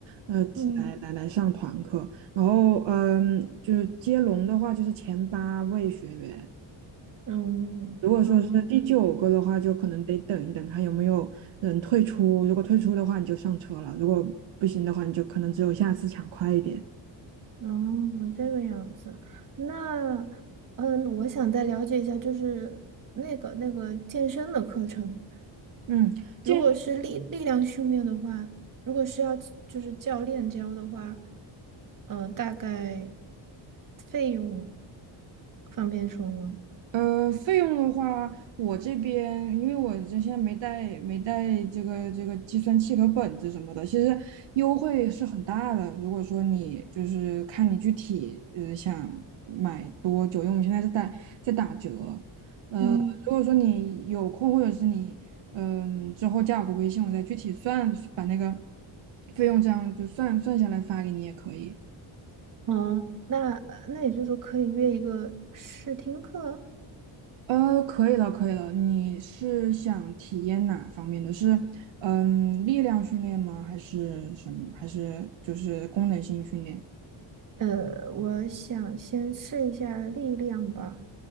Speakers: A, on the right; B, on the right.
A: 呃，
B: 嗯
A: 来来来上团课，然后嗯，就是接龙的话，就是前八位学员。
B: 嗯嗯，
A: 如果说是第九个的话，就可能得等一等，看有没有人退出。如果退出的话，你就上车了；如果不行的话，你就可能只有下次抢快一点。
B: 哦，这个样子。那，嗯，我想再了解一下，就是那个那个健身的课程，
A: 嗯，健身
B: 如果是力力量训练的话，如果是要就是教练教的话，嗯，大概费用方便说吗？
A: 呃费用的话，我这边因为我这现在没带没带这个这个计算器和本子什么的，其实优惠是很大的。如果说你就是看你具体呃想买多久，因为我们现在是在在打折，呃，
B: 嗯，
A: 如果说你有空，或者是你嗯之后加我个微信，我再具体算，把那个费用这样就算算下来发给你也可以。
B: 哦，那那也就是说可以约一个试听课。
A: 呃，可以了，可以了。你是想体验哪方面的？是嗯力量训练吗？还是什么？还是就是功能性训练？
B: 呃，我想先试一下力量吧。